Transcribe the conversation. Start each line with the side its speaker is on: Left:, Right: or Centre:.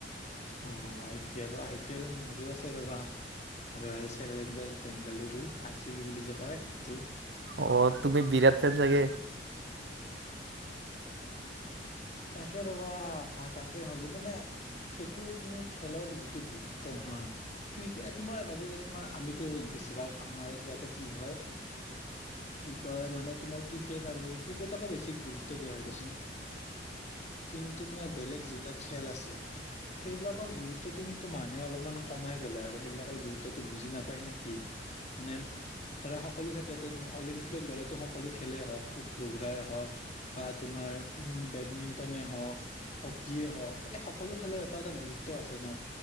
Left: অ', আই পি এল, আই পি এল মোৰো আছে ৰ'বা ' ৰয়েল-চেলেঞ্জাৰছ-বেংগালুৰু' আৰ', - চি', -বি', বুলি যে কয় সেইটো।
Right: অ', তুমি বিৰাট ফেন চাগে।
Left: তাকে ৰবা, তাকে ভাবো মানে সেইটো তুমি খেলৰ যিটো গুৰুত্ব নহয়, ক্ৰিকেট মই ভাবো যে, তোমাৰ আমিতো বেছিভাগ আমাৰ ইয়াতে কি হয়, কি কয়, মানে তোমাৰ ক্ৰিকেট আৰু ক্ৰিকেটকে বেছি গুৰুত্ব দিয়া হয় দিয়াচোন। কিন্তু তোমাৰ বেলেগ যিবিলাক খেল আছে, সেইবিলাকৰ গুৰুত্বটো তুমি মানুহে অলপ মান কমাই পেলাই আৰু সেইবিলাকৰ গুৰুত্বটো বুজি নাপায় নে কি? মানে ধৰা সকলো ক্ষেত্ৰতে অলিম্পিকত গ'লেতো সকলো খেলেই হওঁক দৌৰাই হওঁক বা তোমাৰ বেডমিণ্ট টনে হওক, হকিয়ে হওক, এই সকলো খেলৰ এটা এটা গুৰুত্ব আছে ন